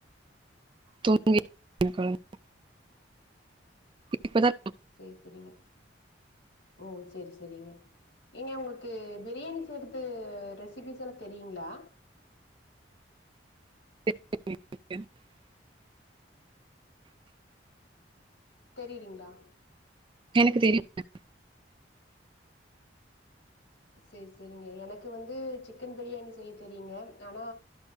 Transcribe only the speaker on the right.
தூங்கிட்றுப்பாங்க இப்பதா
<inaudible>
எனக்கு தெரியுங்க